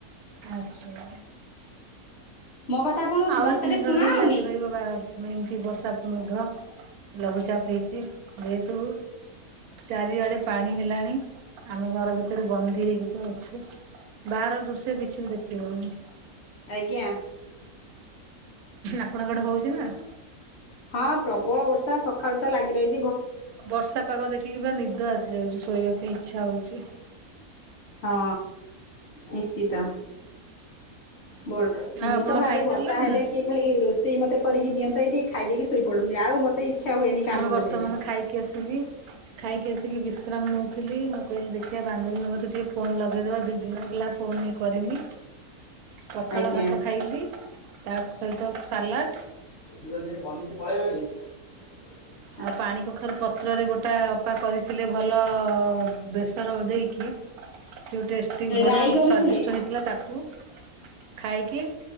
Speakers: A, on the right (about 85°); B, on the left (about 55°).
A: ଆଛା।
B: ମୋ କଥା ଆପଣଙ୍କ
A: ଆହୁରି
B: ବାର୍ତ୍ତାରେ
A: ତିନି
B: ଶୁଣା
A: ଦିନ ଧରି
B: ହଉନି
A: ଲାଗି ରହିବ ବା ମ ଏମିତି ବର୍ଷା ମେଘ ଲଘୁଚାପ ହେଇଛି ଯେହେତୁ ଚାରିଆଡେ ପାଣି ହେଲାଣି। ଆମେ ଘର ଭିତରେ ବନ୍ଦୀ ହେଇକି ତ ଅଛୁ ବାହାରର ଦୃଶ୍ୟ କିଛି ବି ଦେଖି ହଉନି।
B: ଆଜ୍ଞା।
A: ଆପଣଙ୍କ ଆଡେ ହଉଛି ନା?
B: ହଁ ପ୍ରବଳ ବର୍ଷା ସକାଳୁ ତ ଲାଗି ରହି
A: ବର୍ଷା ପାଗ ଦେଖିକି ପୁରା ନିଦ ଆସି ଯାଉଛି ଶୋଇବା ପାଇଁ ଇଚ୍ଛା ହଉଛି।
B: ହଁ ନିଶ୍ଚିତ। ବ
A: ଆଉ
B: ମୁଁ
A: ଆପଣ
B: ତ ଭାବେ
A: ଖାଇସାରିଲେଣି
B: ବର୍ଷା ହେଲେ
A: ନା?
B: କି ଖାଲି ରୋଷେଇ ମୋତେ କରିକି ଦିଅନ୍ତେ କି ଯଦି ଖାଇ ଦେଇକି ଶୋଇ ପଡ଼ନ୍ତି ଆଉ ମୋତେ ଇଚ୍ଛା ହୁଏନି କାମ
A: ଆମେ ବର୍ତ୍ତମାନ
B: କରିବାକୁ
A: ଖାଇକି ଆସିଲି। ଖାଇକି ଆସିକି ବିଶ୍ରାମ ନଉଥିଲି ମୁଁ କହିଲି ଦେଖିବ। ବାନ୍ଧବୀଙ୍କ କତିକି ଟିକେ ଫୋନ ଲଗେଇଦବା ଦି ଦିନ ହୋ ଫୋନ ଏଇ କରିମି। ପଖାଳ
B: ଆଜ୍ଞା
A: ଭାତ ଖାଇଲିି ତା ସହିତ ସାଲାଡ
B: <unintelligible>
A: ଆଉ ପାଣି କଖାରୁ ପତ୍ରରେ ଗୋଟା ଅପା କରିଥିଲେ ଭଲ ବେସର ଦେଇକି ସେ ଟେଷ୍ଟି ବଢିଆ
B: ରାଇ
A: ସ୍ଵାଦିଷ୍ଟ
B: କରିଥିଲେ
A: ହେଇଥିଲା ତାଠୁ ଖାଇକି